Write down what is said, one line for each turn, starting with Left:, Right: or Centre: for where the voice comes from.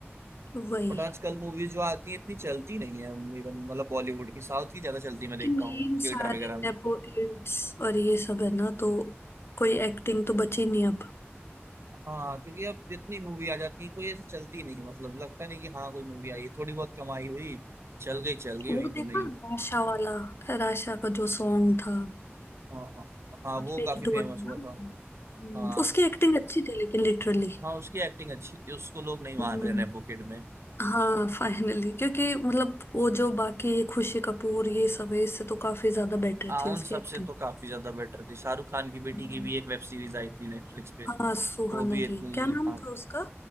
Left: वही
Right: बट आजकल मूवीज जो आती है इतनी चलती नहीं है इवन मतलब बॉलीवुड की साउथ की ज्यादा चलती मैं देखता
Left: कि मेन
Right: हूँ थिएटर
Left: सारे
Right: वगैरह
Left: नेपो
Right: में
Left: किड्स और ये सब है ना तो कोई एक्टिंग तो बची नहीं अब
Right: हाँ क्योंकि अब जितनी मूवी आ जाती है कोई ऐसी चलती नहीं है मतलब लगता नहीं कि हाँ कोई मूवी आई है थोड़ी बहुत कमाई हुई चल गई चल गई
Left: वो
Right: वहीं पे
Left: देखा
Right: नहीं
Left: राशा वाला राशा का जो सॉन्ग था
Right: हाँ हाँ हाँ,
Left: काफी
Right: वो काफी
Left: हिट
Right: फेमस
Left: हुआ था
Right: हुआ
Left: ना हम्म,
Right: था हाँ
Left: उसकी एक्टिंग अच्छी थी लेकिन लिटरली
Right: हाँ उसकी एक्टिंग अच्छी थी उसको लोग नहीं मान
Left: हम्म
Right: रहे नेपोकिड में
Left: हाँ फाइनली क्योंकि मतलब वो जो बाकी ये खुशी कपूर ये सब है इससे तो काफी ज्यादा बेटर
Right: हाँ
Left: थी उसकी
Right: उन सबसे
Left: एक्टिंग
Right: तो काफी ज्यादा बेटर थी शाहरुख खान की बेटी
Left: हम्म।
Right: की भी एक वेब सीरीज आई थी नेटफ्लिक्स पे
Left: हाँ सुहाना
Right: वो भी इतनी
Left: की क्या नाम
Right: हाँ
Left: था उसका